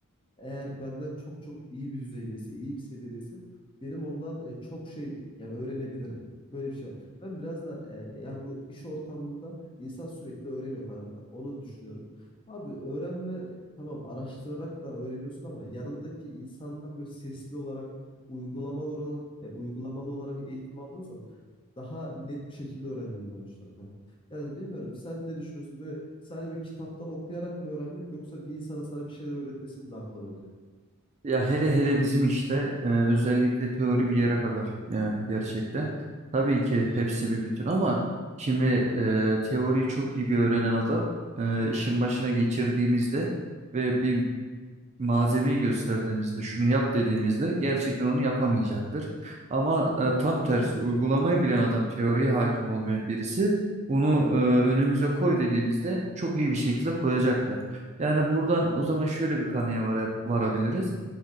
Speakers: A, on the left; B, on the right.
A: eğer benden çok çok iyi bir düzeydeyse, iyi bir seviyedeyse benim ondan e, çok şey yani öğrenebilirim. Böyle bir şey var. Ben biraz da e, yani bu iş ortamında insan sürekli öğreniyor kanka. Onu düşünüyorum. Abi öğrenme tamam araştırarak da öğreniyorsun ama yanındaki insandan böyle sesli olarak uygulamalı olarak e, uygulamalı olarak eğitim aldığın zaman daha net bir şekilde öğrendiğini ben düşünüyorum. Yani bilmiyorum sen ne düşünüyorsun? Böyle sadece bir kitaptan okuyarak mı öğrenmek yoksa bir insana sana bir şeyler öğretmesi mi daha kolay oluyor?
B: Ya hele hele bizim işte e, özellikle teori bir yere kadar yani
A: Hı
B: gerçekten.
A: hı.
B: Tabii ki hepsi bir bütün ama şimdi e, teoriyi çok iyi bir öğrenen adam e, işin başına geçirdiğimizde ve bir malzemeyi gösterdiğimizde şunu yap dediğimizde gerçekten onu yapamayacaktır. Ama e, tam tersi uygulamayı bilen adam teoriye hakim olmayan birisi bunu e, önümüze koy dediğimizde çok iyi bir şekilde koyacaktır. Yani buradan o zaman şöyle bir kanıya var, varabiliriz.